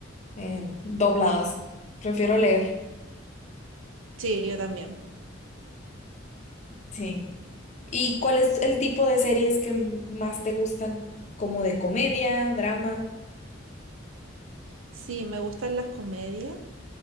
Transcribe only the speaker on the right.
Sí, yo también.
Sí, me gustan las comedias,